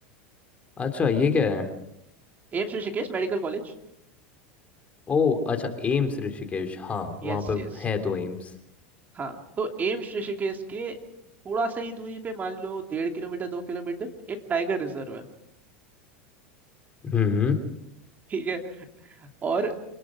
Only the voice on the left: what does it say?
अच्छा ये क्या है
ओ अच्छा एम्स ऋषिकेश हाँ वहाँ
पे
है तो एम्स
हम्म हम्म